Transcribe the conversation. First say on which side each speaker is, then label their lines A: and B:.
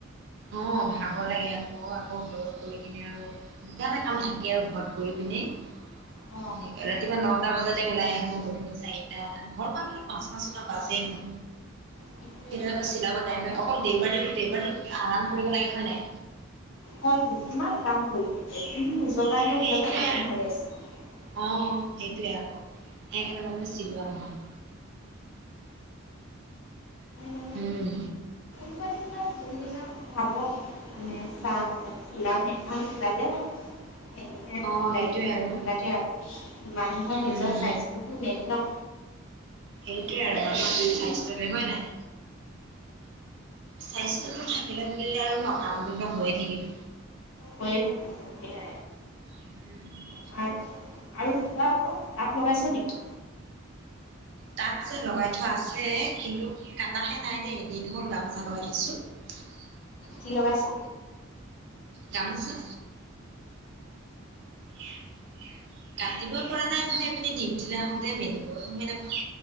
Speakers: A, on the right; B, on the left.
A: অ', ভাগৰ লাগে আকৌ আকৌ ঘৰত গৈ কিনে আৰু দুটা এটা কাম থাকি আৰু ঘৰত কৰি কিনে উ।
B: অ
A: সনে ৰাতিপুৱা নটা বজাতে ওলাই আহো গধূলি চাৰিটা ঘৰ পাওঁতে পাঁচটা ছটা বাজেই ন
B: সেইটোৱেটো
A: হৰা কছিলি <unintelligible> বাই অকল দেওবাৰী দেওবাৰী আৰাম কৰিব লাগে হয় নাই।
B: হয় কিমান কাম কৰি নিজৰ কাৰণেও
A: সেইটোৱে
B: বিলাকো থাকে ন ৰেষ্ট।
A: অ সেইটোয়ে আৰু সেইকাৰণে মানে চিলোৱা নহয়
B: কোন
A: উম,
B: <unintelligible> যোনদিনা ভাবো মানে চাহ মে চিলা একাম চিলালে হয় <unintelligible> এনোই
A: অ
B: লাগিল
A: সেইটোৱে
B: দিব
A: আৰু
B: নালাগে আৰু মানুহৰ নিজৰ
A: উম
B: স্বাস্থ্যটো মেইন ন'।
A: সেইটোৱে আৰুমান স্বাস্থ্যলৈ হয় নাই স্বাস্থ্যতটো থাকিলে বুলিলে আৰু ন', কাম বনটো হৈয়ে থাকিব।
B: হৈয়ে থাকিব সেইয়া।
A: উম।
B: আৰু আৰু কিবা আকৌ তাঁত লগাইছা নেকি?
A: তাঁত যে লগাই থোৱা আছে, কিন্তু কটাহে নাই দেই, এদিন হ'ল গামোচা লগাই থৈছো। <unintelligible>
B: কি লগাইছা?
A: গামোচা। <unintelligible> কাটিব পৰা নাই নহয়, এইপিনে দি ডিউটিলে আহোঁতে মেলিবই সময় নাপাওঁ।